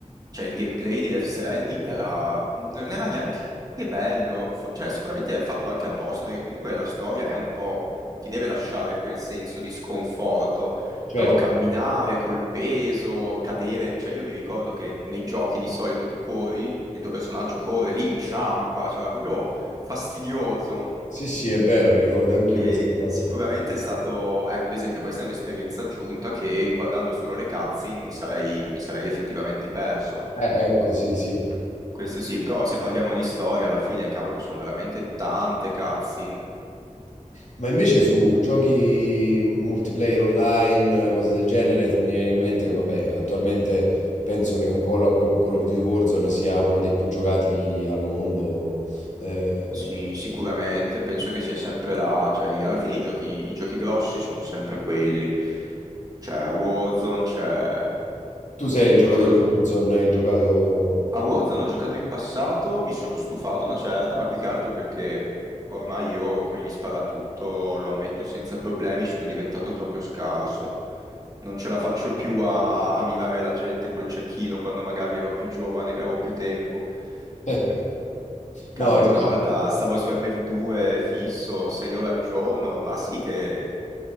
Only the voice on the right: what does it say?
cioè, il gameplay di Death Stranding era, non era neanche bello, fo- cioè sicuramente è fatto anche apposta perché comunque la storia è un po', ti deve lasciare quel senso di sconforto,
però camminare col peso, cadere, cioè io mi ricordo che nei giochi di solito tu corri, il tuo personaggio corre, lì inciampa, cioè era proprio fastidioso.
Che
sicuramente è stato, ecco, ad esempio, questa è un'esperienza aggiunta che guardando solo le cutscene mi sarei, mi sarei effettivamente perso.
Questo sì, però se parliamo di storia, alla fine, cavolo, sono veramente tante cutscene.
Sì, sicuramente, penso che sia sempre là. Cioè, i- alla fine i giochi, i giochi grossi sono sempre quelli. C'è Warzone, c'è
Call of
A Warzone ho giocato in passato, mi sono stufato una certa, ma più che altro perché ormai io con gli sparatutto, lo ammetto senza problemi, sono diventato proprio scarso. Non ce la faccio più a, a mirare la gente col cecchino quando magari ero più giovane, che avevo più tempo.
<laughs> Cavolo,
una volta stavo su MV2 fisso, 6 ore al giorno, là sì che,